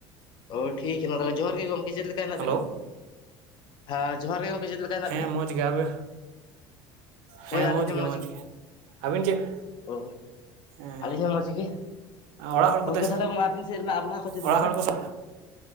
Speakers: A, on the left; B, on the right.
A: ᱳ ᱴᱷᱤᱠᱮ ᱢᱟ ᱛᱟᱦᱚᱞᱮ ᱡᱚᱦᱟᱨ ᱜᱮ ᱜᱚᱢᱠᱮ ᱪᱮᱫ ᱞᱮᱠᱟ ᱦᱮᱱᱟᱜ
B: ᱦᱮᱞᱳ
A: ᱵᱤᱱᱟ,? ᱦᱮᱸ ᱡᱚᱦᱟᱨ ᱜᱮ ᱜᱚᱝᱠᱮ ᱪᱮᱫ ᱞᱮᱠᱟ? ᱦᱮᱱᱟᱜ
B: ᱦᱮᱸ
A: ᱵᱤᱱᱟ
B: ᱢᱚᱡᱽ ᱜᱮ, ᱟᱵᱮ ᱦᱮᱸ
A: ᱦᱳᱭ ᱟᱹᱞᱤᱧ
B: ᱢᱚᱡᱽ
A: ᱦᱚᱸ
B: ᱜᱮ ᱢᱚᱡᱽ ᱜᱮ ᱟᱹᱵᱤᱱ ᱪᱮᱫ?
A: ᱚ
B: ᱦᱮᱸ᱾
A: ᱟᱹᱞᱤᱧ ᱦᱚᱸ ᱢᱚᱡᱽ ᱜᱮ
B: ᱟ ᱚᱲᱟᱜ ᱦᱚᱲ
A: ᱜᱚᱝᱠᱮ
B: ᱠᱚᱫᱚᱥ
A: ᱛᱟᱦᱚᱞᱮ ᱟᱹᱵᱤᱱ ᱥᱮᱫ ᱨᱮᱱᱟᱜ ᱟᱵᱚᱦᱟᱣᱟ ᱠᱚ ᱪᱮᱫ
B: ᱚᱲᱟᱜ
A: ᱞᱮᱠᱟ
B: ᱦᱚᱲ ᱠᱚᱫᱚ